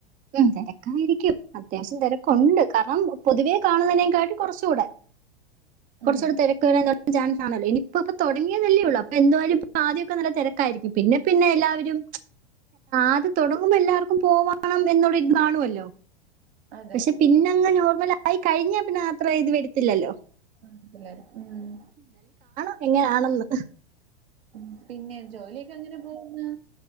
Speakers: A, on the right; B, on the right.
A: ഉം തിരക്കായിരിക്കും അത്യാവശ്യം തിരക്കുണ്ട് കാരണം പൊതുവെ കാണുന്നതിനേക്കാട്ടി കുറച്ചുകൂടെ കുറച്ചൂടെ
B: ഉം
A: തെരക്ക് വരാൻ ചാൻ ആണല്ലോ ഇനിയിപ്പ ഇപ്പൊ തുടങ്ങിയതല്ലേ ഉള്ളൂ അപ്പൊ എന്തായാലും ഇ ആദ്യമൊക്കെ നല്ല തിരക്കായിരിക്കും പിന്നെ പിന്നെ എല്ലാവരും ആദ്യം തുടങ്ങുമ്പോ എല്ലാവർക്കും പോവാ ണം എന്നൊരു ഇത് കാണുമല്ലോ
B: അതെ
A: പക്ഷെ പിന്നെങ്ങെ നോർമലാ ആയി കഴിഞ്ഞ പിന്നെ അത്രേ ഇത് വരത്തില്ലല്ലോ
B: <unintelligible> മ്
A: <unintelligible> ആണെന്ന്
B: ഉം പിന്നെ ജോലിയൊക്കെ എങ്ങനെ പോവുന്ന്